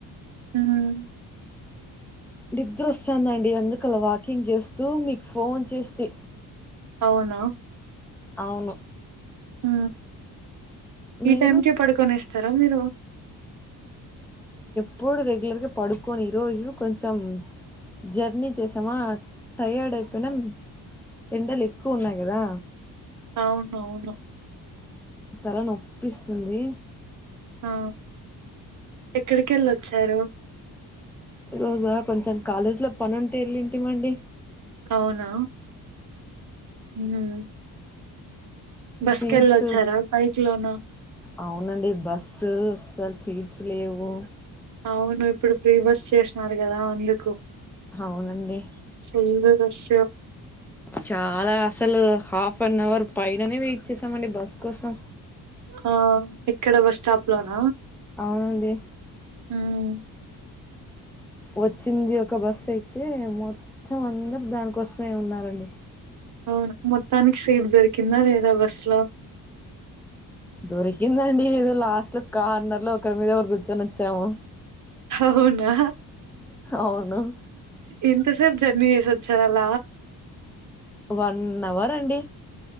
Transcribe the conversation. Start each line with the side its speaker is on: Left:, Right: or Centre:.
Right: ఉమ్
Centre: నిద్ర వస్తదండి అందుకు అలా వాకింగ్ చేస్తూ మీకు ఫోన్ చేస్తే
Right: అవునా
Centre: అవును
Right: హ ఈ
Centre: మీరు
Right: టైమ్ కె పడుకునేస్తారా మీరు
Centre: ప్పుడు రెగ్యులర్గా పడుకొని ఈరోజు కొంచెం జ అన్నీ చేసామా టయర్డ్ అయిపినం ఎండలు ఎక్కువ ఉన్నాయి కదా
Right: అవును అవును
Centre: తల నొప్పిస్తుంది
Right: ఆ ఎక్కడికి వెళ్ళిొచ్చారు
Centre: ఈరోజా కొంచెం కాలేజ్ లో పని ఉంటే ఎళ్ళింటిమండి
Right: అవునా ఉమ్ బస్
Centre: సీట్స్
Right: కెళ్ళొచ్చారా బైక్ లోన
Centre: అవునండి బస్సు ఆసల్ సీట్స్ లేవు
Right: అవును ఇప్పుడు ఫ్రీ బస్ చేసినారు కదా అందుకు
Centre: అవునండి
Right: ఫుల్ రష్
Centre: చాలా అసలు హాఫ్ అన్ అవర్ పైైననే వెయిట్ చేసామండి బస్ కోసం
Right: ఆ ఇక్కడ బస్ స్టాప్ లోనా
Centre: అవునండి
Right: మ్
Centre: వచ్చింది ఒక బస్సు అక్తే మొత్తం అందరు దానికోసమే ఉన్నారండి
Right: అవును మొత్తానికి సీట్ దొరికిందా లేదా బస్ లో
Centre: దొరికిందండి ఏదో లాస్ట్ కార్నర్ లో ఒకరి మీద ఒకరు కూర్చొని వచ్చాము
Right: అవునా
Centre: అవును
Right: ఇంత స జర్నీ సద్ చరాల
Centre: వన్అవర్ అండి